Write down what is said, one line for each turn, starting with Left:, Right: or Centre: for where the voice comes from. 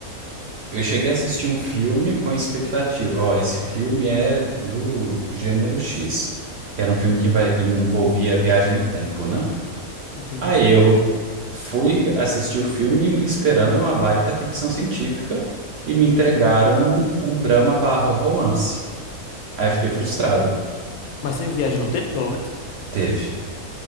Right: eu cheguei a assistir um filme com expectativa. Ó, esse filme é do gênero X, que era um filme que vai- envolvia viagem no tempo, né?
Left: Entendi.
Right: Aí eu fui assistir o filme esperando uma baita ficção científica e me entregaram um, um drama barra romance. Aí eu fiquei frustrado.
Left: Mas você viaja no tempo, pelo menos?
Right: Teve,